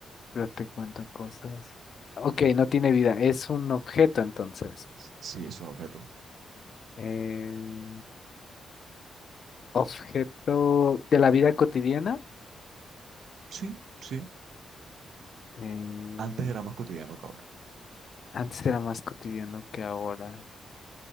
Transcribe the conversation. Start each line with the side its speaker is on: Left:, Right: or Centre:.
Left: pero te cuento cosas. Ok, no tiene vida. Es un objeto entonces.
Right: Sí, es un objeto.
Left: Eh, objeto de la vida cotidiana.
Right: Sí, sí.
Left: Eh,
Right: Antes era más cotidiano, cabrón.
Left: antes era más cotidiano que ahora.